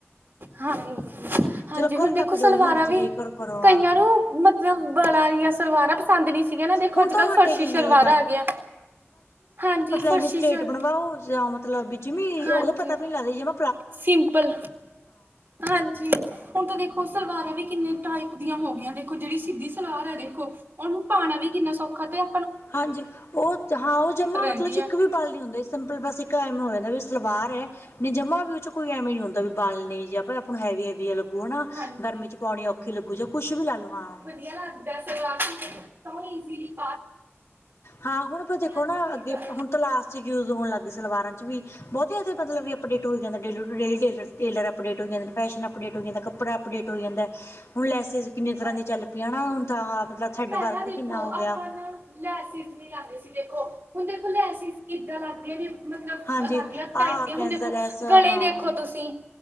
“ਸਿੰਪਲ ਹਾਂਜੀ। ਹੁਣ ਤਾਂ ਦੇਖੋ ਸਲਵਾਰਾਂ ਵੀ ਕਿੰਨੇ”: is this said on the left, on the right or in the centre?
Right